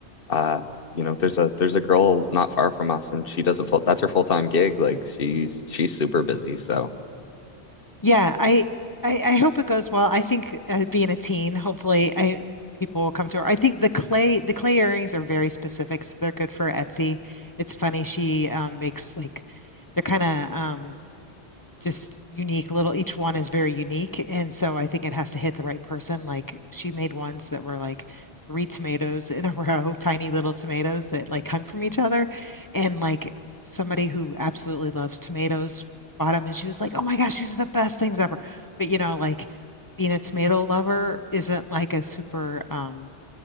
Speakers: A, on the left (about 55°); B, on the left (about 25°).
A: uh, you know, there's a there's a girl not far from us, and she does a full that's her full-time gig. Like she's she's super busy. So
B: Yeah, I, I I hope it goes well. I think uh, being a teen, hopefully, I people will come to her. I think the clay the clay earrings are very specific, so they're good for Etsy. It's funny, she um, makes like they're kind of um, just unique little each one is very unique and so i think it has to hit the right person like she made ones that were like three tomatoes in a <laughs> row tiny little tomatoes that like hung from each other and like somebody who absolutely loves tomatoes bought them and she was like oh my gosh these are the best things ever but you know like being a tomato lover isn't like a super um